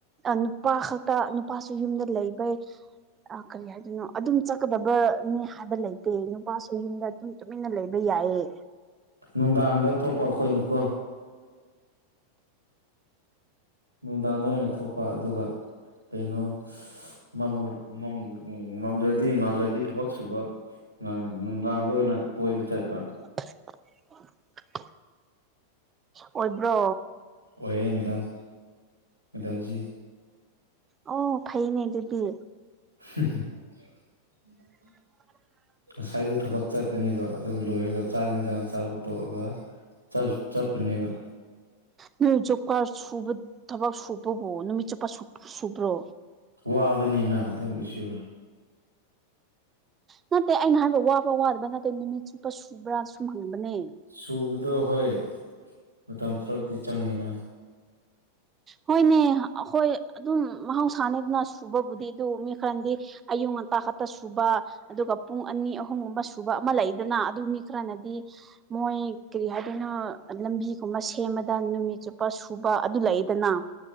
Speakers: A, on the right (about 25°); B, on the right (about 80°).
A: ꯑ ꯅꯨꯄꯥ ꯈꯛꯇ ꯅꯨꯄꯥꯁꯨ ꯌꯨꯝꯗ ꯂꯩꯕꯩ ꯑ ꯀꯔꯤ ꯍꯥꯢ ꯍꯥꯏꯗꯨꯅꯣ ꯑꯗꯨꯝ ꯆꯀꯗꯕꯅꯤ ꯍꯥꯏꯕ ꯂꯩꯇꯦ ꯅꯨꯄꯥꯁꯨ ꯌꯨꯝꯗ ꯑꯗꯨꯝ ꯇꯨꯃꯤꯟꯅ ꯂꯩꯕ ꯌꯥꯏꯌꯦ
B: ꯅꯨꯡꯗꯥꯡꯗ ꯊꯣꯛꯄ ꯑꯈꯣꯏꯅꯀꯣ ꯅꯨꯡꯗꯥꯡꯗ ꯑꯣꯏꯅ ꯊꯣꯛꯄ ꯑꯗꯨꯒ ꯀꯩꯅꯣ ꯃꯝꯃ ꯃꯝ ꯑꯝ ꯃꯝꯗ꯭ꯔꯗꯤ ꯉꯥꯜꯂꯗꯤ ꯊꯕꯛ ꯁꯨꯕ ꯅꯪ ꯅꯨꯡꯗꯥꯡꯗ ꯑꯣꯏꯅ ꯀꫭꯏꯕ ꯆꯠꯄ
A: <inaudible> ꯑꯣꯏꯕ꯭ꯔꯣ
B: ꯑꯣꯏꯌꯦ ꯃꯦꯗꯥꯝ ꯃꯦꯗꯥꯝꯖꯤ
A: ꯑꯣ ꯐꯩꯅꯦ ꯑꯗꯨꯗꯤ
B: <unintelligible>
A: <unintelligible>
B: ꯉꯁꯥꯏꯗꯣ ꯊꯕꯛ ꯆꯠꯄꯅꯦꯕ ꯑꯗꯨ ꯂꯣꯏꯔꯒ ꯆꯥꯛ ꯏꯟꯖꯥꯡ ꯆꯥꯕ ꯇꯣꯛꯑꯒ ꯆꯞ ꯆꯠꯄꯅꯦꯕ
A: ꯅꯪ ꯖꯨꯞꯀꯥꯔꯕ ꯁꯨꯕ ꯊꯕꯛ ꯁꯨꯕꯕꯨ ꯅꯨꯃꯤꯠ ꯆꯨꯞꯄ ꯁꯨ ꯁꯨꯕ꯭ꯔꯣ
B: ꯋꯥꯕꯅꯤꯅ ꯑꯗꯨ ꯑꯣꯏꯁꯨ
A: ꯅꯠꯇꯦ ꯑꯩꯅ ꯍꯥꯏꯕ ꯋꯥꯕ ꯋꯥꯗꯕ꯭ꯔꯥ ꯅꯠꯇꯦ ꯅꯨꯃꯤꯠ ꯆꯨꯞꯄ ꯁꯨꯕ꯭ꯔꯥ ꯁꯨꯝ ꯍꯪꯕꯅꯦ
B: ꯁꯨꯕꯗꯣ ꯍꯣꯏ ꯃꯇꯝ ꯈꯔꯗꯤ ꯆꯪꯉꯤꯅ
A: ꯍꯣꯏꯅꯦ ꯑꯈꯣꯏ ꯑꯗꯨꯝ ꯃꯍꯧꯁꯥꯅꯦꯗꯅ ꯁꯨ ꯁꯨꯕꯕꯨꯗꯤ ꯑꯗꯨ ꯃꯤ ꯈꯔꯅꯗꯤ ꯑꯌꯨꯛ ꯉꯟꯇꯥ ꯈꯛꯇ ꯁꯨꯕ ꯑꯗꯨꯒ ꯄꯨꯡ ꯑꯅꯤ ꯑꯍꯨꯝꯒꯨꯝꯕ ꯁꯨꯕ ꯑꯃ ꯂꯩꯗꯅ ꯑꯗꯨ ꯃꯤ ꯈꯔꯅꯗꯤ ꯃꯣꯏ ꯀꯔꯤ ꯍꯥꯏꯗꯣꯏꯅꯣ ꯂꯝꯕꯤꯒꯨꯝꯕ ꯁꯦꯝꯃꯗ ꯅꯨꯃꯤꯠ ꯆꯨꯞꯄ ꯁꯨꯕ ꯑꯗꯨ ꯂꯩ ꯗꯅꯥ